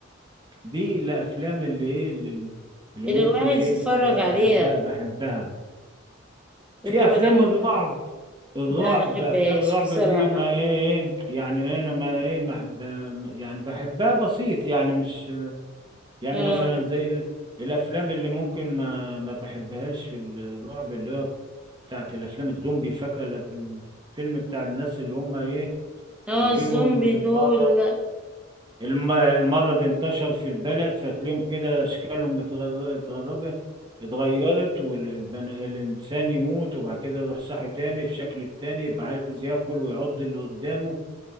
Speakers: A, on the right; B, in the centre.
A: دي الافلام اللي ايه اللي اللي
B: اللي
A: ممكن
B: الواحد
A: ايه
B: يتفرج
A: اللي بحبها
B: عليها
A: بحبها
B: وبتبقى
A: في افلام
B: جميلة
A: الرعب الرعب
B: لا أنا محبهاش
A: افلام الرعب
B: بصراحة
A: دي ما ايه ايه يعني انا ما ايه ما أحب- ما- يعني بحبها بسيط يعني مش يعني
B: اه
A: مثلا زي الافلام اللي ممكن ما ما بحبهاش في الرعب اللي هو بتاعت الافلام الزومبي فاكره ال- الفيلم بتاع الناس اللي هم ايه
B: اه
A: يجي
B: الزومبي
A: لهم المرض
B: دول لا
A: الم- المرض انتشر في البلد فتلاقيهم كده اشكالهم اتغر- اتغربت اتغيرت والإنسان يموت وبعد كده يروح صاحي تاني في شكل تاني يبقى عايز ياكل ويعض اللي قدامه